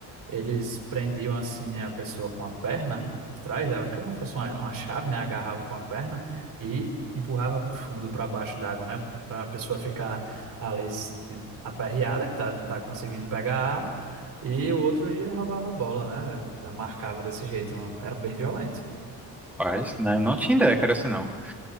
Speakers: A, on the right; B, in the centre.
A: Eles prendiam assim a pessoa com a perna por trás, dava como se fosse uma, uma chave, né? Agarrava com a perna e empurrava para o fundo, para baixo d'água, né? Para a pessoa ficar ali s- aperreada, que tá, não tá conseguindo pegar ar, e o outro ia roubava a bola, né? Já Marcava desse jeito, não- era bem violento.
B: Rapaz, né? Não tinha ideia que era assim, não.